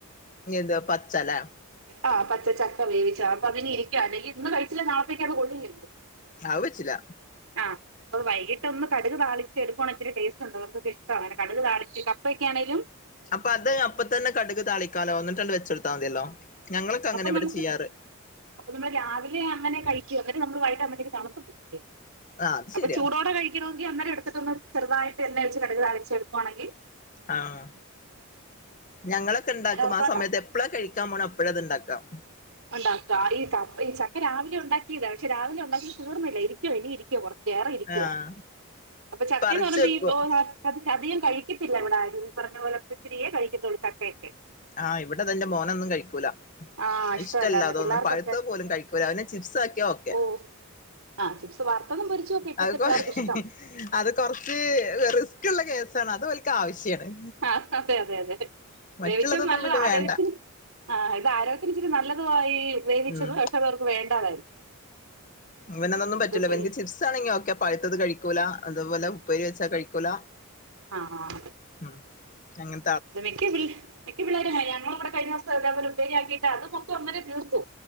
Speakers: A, on the left (about 35°); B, on the right (about 70°).
A: ഇനി എന്തുവാ പച്ചെല
B: ആഹ് പച്ചചക്ക വേവിച്ച അപ്പൊ അതിന് ഇരിക്കുക അല്ലെങ്കിൽ ഇന്ന് കഴിച്ചില്ലെ നാളത്തേക്ക് അത് കൊള്ളില്ലല്ലോ
A: അത് വെച്ചില്ല
B: ആഹ് അത് വൈകിട്ട് ഒന്ന് - കടുക് താളി എടുക്കുവാണങ്കി ഇച്ചരി ടേസ്റ്റ്ണ്ട് അവർക്കൊക്കെ ഇഷ്ട്ടവാ അങ്ങെ കടുക് താളിച്ച് കപ്പൊക്കെ ആണേലും
A: അപ്പൊ അത് അപ്പൊ തന്നെ കടുക് താളിക്കാലോ അന്നിട്ടങ്ങ് വെച്ചെടുത്താൽ മതിയല്ലോ ഞങ്ങളൊക്കെ അങ്ങനെ
B: അപ്പൊ
A: ഇവിടെ
B: നമുക്ക്
A: ചെയ്യാറ്
B: അപ്പൊ നമ്മള് രാവിലെ അങ്ങനെ കഴിക്കു അന്നിട്ട് നമ്മള് വൈകിട്ട് ആകുമ്പോത്തേക്ക് തണുത്ത് പോകില്ലേ
A: ആഹ് അത്
B: അപ്പൊ
A: ശരിയാ
B: ചൂടോടെ കഴിക്കണമെങ്കിൽ എന്നേരം എടുത്തിട്ട്ന്ന് ചെറുതായിട്ട് എണ്ണ ഒഴിച്ച് കടുക് താളി ച്ചെടുക്കുവാണെങ്കിൽ
A: ആഹ് ഞങ്ങളൊക്കെ ഇണ്ടാക്കും
B: അങ്ങനെ ഓർത്തോണ്ടാ
A: ആ സമയത്ത് എപ്പളാ കഴിക്കാൻ പോണേ അപ്പളാ അത് ഇണ്ടാക്കാം
B: ഉണ്ടാക്കുക ഈ ക ഈ ചക്ക രാവിലെ ഒണ്ടാക്കിയതാ പക്ഷെ രാവിലെ ഒണ്ടാക്കി തീർന്നില്ല ഇരിക്കോ ഇനി ഇരിക്കോ കൊറ ഏറെ ഇരിക്കുവ
A: ആഹ്
B: അപ്പൊ ചക്കയെന്ന്
A: പറിച്ച്
B: പറയുമ്പോ
A: വെക്കും
B: ഈ- അധികം കഴിക്കത്തില്ല ഇവിടെ ആരും ഈ പറഞ്ഞ പോലെ ഇച്ചിരിയേ കഴിക്കത്തുള്ളൂ ചക്കയൊക്കെ
A: ആഹ് ഇവിടെ എന്റെ മോനൊന്നും കഴിക്കൂല
B: ആഹ് ഇഷ്ടമല്ലാന്ന്
A: റ്റല്ലാതോന്ന
B: പിള്ളേർക്കൊക്കെ
A: പഴുത്തപോലും കഴിക്കില്ല അവനെ ചിപ്സ് ആക്കിയാ ഒക്കെയാ
B: ഓ ആഹ് ചിപ്സ് വറുത്തതും പൊരിച്ചും ഒക്കെ ഇപ്പോഴത്തെ
A: അത് കൊറ
B: പിള്ളേർക്ക് ഇഷ്ടം
A: അത് കൊറച്ച് ഇത്‌ റിസ്ക് ഉള്ള കേസാണ് അത് ഇവൾക്ക് ആവശ്യമാണ്
B: ആഹ് അതെ അതെ അതെ
A: മറ്റുള്ളതൊന്നും
B: വേവിച്ച നല്ലതാ
A: പിന്നെ
B: ആരോഗ്യത്തിന്-
A: വേണ്ട
B: ആഹ് ഇത് ആരോഗ്യത്തിന് ഇച്ചിരി നല്ലതു ആയി, വേവിച്ചത്
A: ഉം
B: പക്ഷെ, അത അവർക്ക് വേണ്ടാതായി.
A: ഇവന അതൊന്നും
B: എന്താ
A: പറ്റില്ല
B: ചെയ്യാ
A: ഇവനിക്ക് ചിപ്സ് ആണെങ്കി ഓക്കെ, പഴുത്തത് കഴിക്കൂല, അതുപോലെ ഉപ്പേരി വച്ചാ കഴിക്കൂല.
B: ആഹാ ആഹാ...
A: ഉം അങ്ങ-
B: അത് മിക്ക മിക്ക പിള്ളേര ഞങ്ങള ഇവിടെ കഴിഞ്ഞിവസം ഇതേലെ ഉപ്പേരിയാക്കിയിട്ട് അത്- മൊത്തംന്നേരെ തീർത്തു.